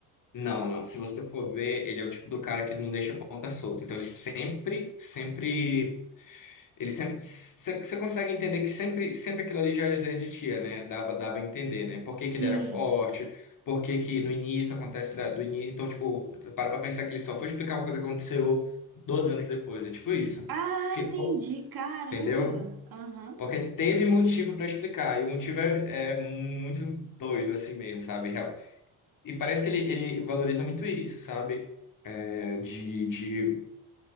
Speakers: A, on the left (about 45°); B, on the right (about 50°).
A: Não, não. Se você for ver, ele é o tipo do cara que não deixa a ponta solta. Então ele sempre, sempre Ele sempre. Você consegue entender que sempre, sempre aquilo ali já, já existia, né? Dava, dava a entender, né? Por que
B: Sim.
A: que ele era forte, por que que no início acontece da- do início. Então, tipo, para pra pensar que ele só foi explicar uma coisa que aconteceu 12 anos depois. É tipo isso.
B: Ah,
A: Que,
B: entendi,
A: pô,
B: caramba.
A: entendeu?
B: Aham.
A: Porque teve motivo para explicar. E o motivo é, é muito doido, assim mesmo, sabe? Real. E parece que ele, ele valoriza muito isso, sabe? É, De, de